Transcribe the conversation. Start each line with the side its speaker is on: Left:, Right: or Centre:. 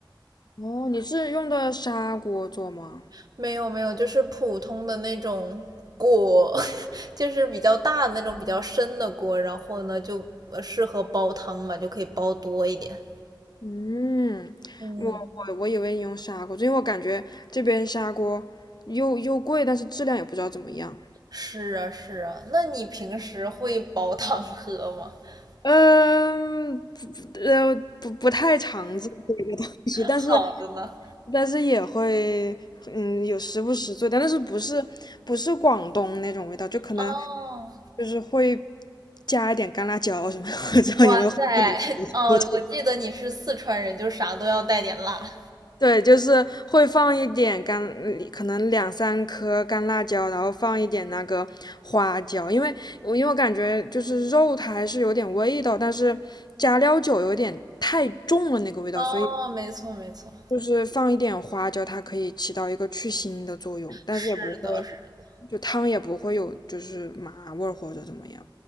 Left: 哦，你是用的砂锅做吗？
Right: <laughs> 没有没有，就是普通的那种锅，<laughs> 就是比较大的那种比较深的锅，然后呢就呃适合煲汤嘛，就可以煲多一点。
Left: 嗯，
Right: 嗯，
Left: 我我我以为你用砂锅做，因为我感觉这边砂锅又又贵，但是质量也不知道怎么样。
Right: 是啊，是啊，那你平时会煲汤喝吗？<laughs>
Left: 嗯，不不呃不不太常做这个东西，但是
Right: 好的呢。
Left: 但是也会嗯有时不时做，但是不是不是广东那种味道，就可能
Right: 哦，
Left: 就是会加一点干辣椒什么的，<laughs> 我知道你们会不能接受这
Right: 哇塞，<laughs> 哦，我记得你是四川人，就啥都要带点辣。
Left: 对，就是会放一点干，可能两三颗干辣椒，然后放一点那个花椒，因为我因为我感觉就是肉它还是有点味道，但是加料酒有点太重了那个味道，
Right: 哦，
Left: 所以
Right: 没错，没错，
Left: 就是放一点花椒，它可以起到一个去腥的作用，但是也不会，
Right: 是的，是的
Left: 就汤也不会有就是麻味儿或者怎么样。